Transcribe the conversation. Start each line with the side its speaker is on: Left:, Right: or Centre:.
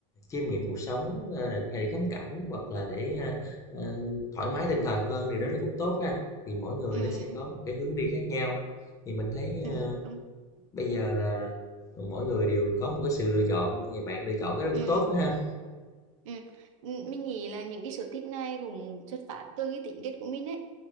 Left: chiêm nghiệm cuộc sống, ờ, hay để ngắm cảnh hoặc là để, a, ờ, thoải mái tinh thần hơn, thì đó nó cũng tốt ha. Thì mỗi người
Right: ừ,
Left: nó sẽ có một cái hướng đi khác nhau. Thì mình thấy,
Right: ừ, ừ,
Left: ờ,
Right: đúng,
Left: bây giờ là mỗi người đều có một cái sự lựa chọn thì bạn lựa chọn cái đó cũng
Right: ừ.
Left: tốt đó ha
Right: Ừ. M- Mình nghĩ là những cái sở thích này cũng xuất phát từ cái tính kết của mình ấy.